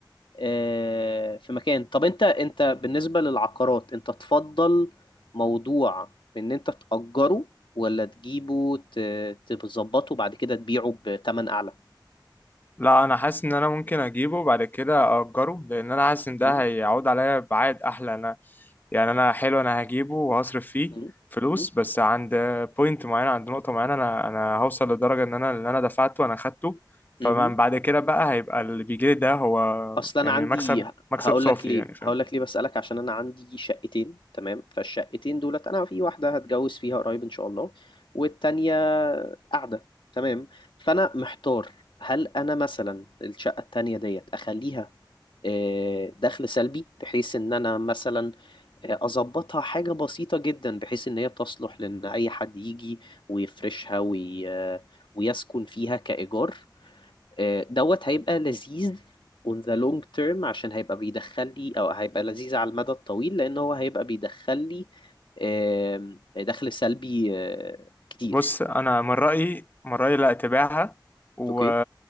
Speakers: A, on the left; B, on the left.
A: آه، في مكان طب انت انت بالنسبة للعقارات انت تفضل موضوع ان انت تأجره ولا تجيبه ت- تظبطه بعد كده تبيعه بتمن اعلى
B: لا انا حاسس ان انا ممكن اجيبه بعد كده اجره لان انا حاسس ان ده
A: مم،
B: هيعود عليا بعائد احلى انا يعني انا حلو انا هجيبه وهصرف فيه
A: مم،
B: فلوس
A: مم،
B: بس عند بوينت معينه عند نقطه معينه انا انا هوصل لدرجه ان انا اللي انا دفعته انا خدته فمن
A: مم.
B: بعد كده بقى هيبقى اللي بيجيلي ده هو
A: اصل انا
B: يعني
A: عندي
B: مكسب مكسب
A: هقول
B: صافي
A: لك ليه
B: يعني فاهم
A: هقول لك ليه بسألك عشان انا عندي شقتين تمام فالشقتين دولت انا في واحدة هتجوز فيها قريب ان شاء الله والتانية قاعدة تمام فانا محتار هل انا مثلا الشقة التانية ديت اخليها آه، دخل سلبي بحيث ان انا مثلا آه، اظبطها حاجة بسيطة جدا بحيث ان هي تصلح لان اي حد يجي ويفرشها وي... آه، ويسكن فيها كإيجار آه، دوت هيبقى لذيذ on the long term عشان هيبقى بيدخل لي او هيبقى لذيذ على المدى الطويل لان هو هيبقى بيدخل لي آم، دخل سلبي آه، كتير
B: بص انا من رايي من رايي لا تبيعها و...
A: اوكي